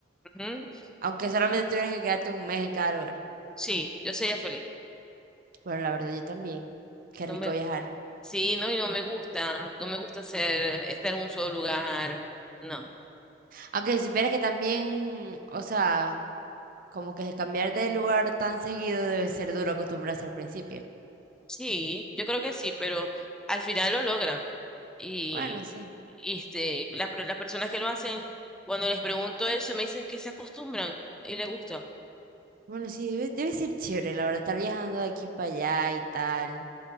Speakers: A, in the centre; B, on the right.
A: Ujú.
B: aunque solamente tuvieras que quedarte un mes en cada lugar.
A: Sí, yo sería feliz.
B: Bueno, la verdad, yo también. Qué
A: No
B: rico
A: me,
B: viajar.
A: sí, no, y no me gusta, no me gusta ser, estar en un solo lugar. No.
B: Aunque si supieras que también, o sea, como que cambiar de lugar tan seguido debe ser duro acostumbrarse al principio.
A: Sí, yo creo que sí, pero al final lo logran. Y,
B: Bueno, sí.
A: y, este, las, per- las personas que lo hacen, cuando les pregunto eso, me dicen que se acostumbran y les gusta.
B: Bueno, sí, debe, debe ser chévere, la verdad, estar viajando de aquí para allá y tal.